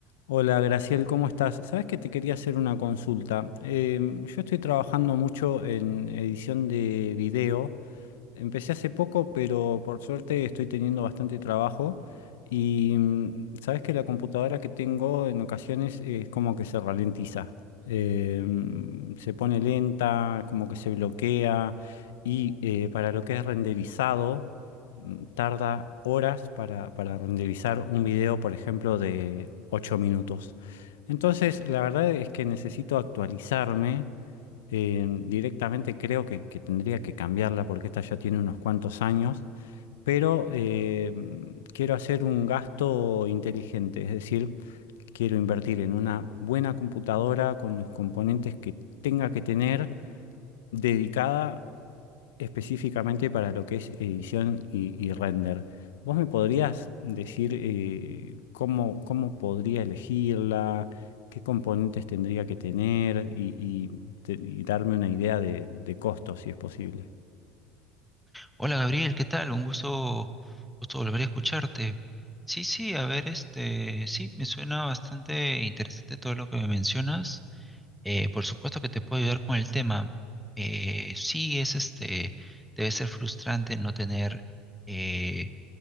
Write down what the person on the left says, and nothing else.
Hola, Graciel, ¿cómo estás? Sabes que te quería hacer una consulta. Em, yo estoy trabajando mucho en edición de video. Empecé hace poco, pero por suerte estoy teniendo bastante trabajo. Y mm, sabes que la computadora que tengo en ocasiones es como que se ralentiza. Em, se pone lenta, como que se bloquea. Y eh, para lo que es renderizado mm, tarda horas para, para renderizar un video, por ejemplo, de 8 minutos. Entonces, la verdad es que necesito actualizarme. Eh, directamente creo que, que tendría que cambiarla porque esta ya tiene unos cuantos años, pero eh, quiero hacer un gasto inteligente, es decir, quiero invertir en una buena computadora con los componentes que tenga que tener dedicada específicamente para lo que es edición y, y render. ¿Vos me podrías decir eh, cómo, cómo podría elegirla, qué componentes tendría que tener y, y te- y darme una idea de, de costos, si es posible?